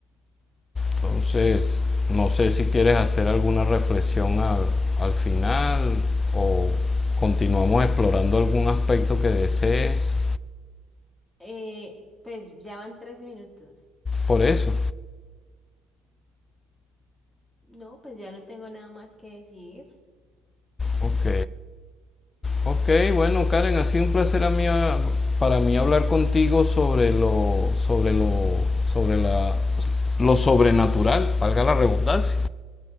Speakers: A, on the left (about 25°); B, in the centre.
A: Entonces, no sé si quieres hacer alguna reflexión al, al final o continuamos explorando algún aspecto que desees.
B: Eh, pues ya van 13 minutos.
A: Por eso.
B: No, pues ya no tengo nada más que decir.
A: Ok. Ok, bueno, Karen, ha sido un placer a mí a- para mí hablar contigo sobre lo sobre lo sobre la lo sobrenatural, valga la redundancia.